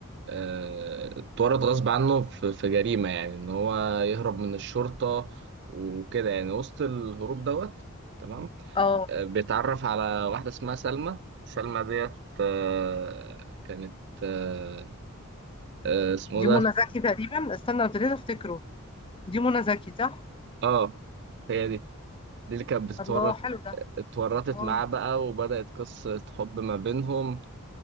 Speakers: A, on the right; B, on the left.
A: آه، اتورط غصب عنه في في جريمة يعني إن هو يهرب من الشرطة وكده يعني وسط الهروب دوت تمام
B: آه.
A: بيتعرف على واحدة اسمها سلمى سلمى ديت آه، كانت آه، آه، اسمه
B: دي
A: ده
B: منى زكي تقريبا استنى ابتديت افتكره دي منى زكي صح
A: اه هي دي دي اللي كانت بتتورط
B: الله حلو ده
A: اتورطت
B: اه
A: معاه بقى وبدأت قصة حب ما بينهم